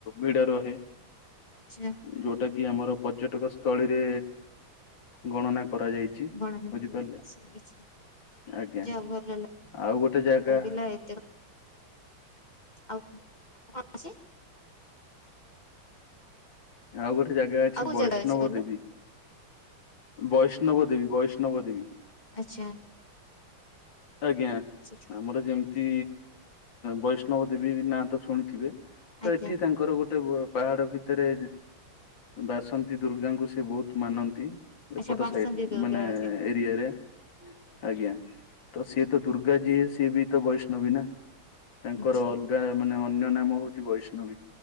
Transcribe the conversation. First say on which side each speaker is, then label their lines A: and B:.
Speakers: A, on the left; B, on the left.
A: ଭିଡ ରହେ।
B: ଆଛା।
A: ଯୋଉଟା କି ଆମର ପର୍ଯ୍ୟଟକ ସ୍ଥଳୀରେ ଗଣନା କରାଯାଇଛି।
B: ଗଣନା
A: ବୁଝିପାରିଲେ?
B: <unintelligible>
A: ଆଜ୍ଞା
B: ଯାହା ହଉ ଭଲ
A: ଆଉ ଗୋଟେ ଜାଗା
B: ଲାଗିଲା ଏତେ ଆଉ କଣ ଅଛି?
A: ଆଉ ଗୋଟେ ଜାଗା ଅଛି
B: ଆଉ କୋଉ
A: ବୈଷ୍ଣବ
B: ଜାଗା କହିଲେ?
A: ଦେବୀ। ବୈଷ୍ଣବ ଦେବୀ ବୈଷ୍ଣବ ଦେବୀ।
B: ଆଚ୍ଛା।
A: ଆଜ୍ଞା
B: ସେଠି
A: ଆମର ଯେମିତି ବୈଷ୍ଣବ ଦେବୀ ନାଁ ତ ଶୁଣିଥିବେ? ତ
B: ଆଜ୍ଞା
A: ଏଠି ତାଙ୍କର ଗୋଟେ ପାହାଡ ଭିତରେ ବାସନ୍ତି ଦୁର୍ଗାଙ୍କୁ ସେ ବହୁତ ମାନନ୍ତି। ଏ
B: ଆଚ୍ଛା
A: ପଟ
B: ବାସନ୍ତୀ
A: ସାଇଟ
B: ଦୁର୍ଗା
A: ମାନେ
B: ଆଜ୍ଞା।
A: ଏରିଆରେ ଆଜ୍ଞା। ତ ସିଏ ତ ଦୁର୍ଗା ଯିଏ ସିଏ ବି ତ ବୈଷ୍ଣବୀ ନା ତାଙ୍କର
B: ଆଚ୍ଛା
A: ମାନେ ଅନ୍ୟ ନାମ ହଉଛି ବୈଷ୍ଣବୀ।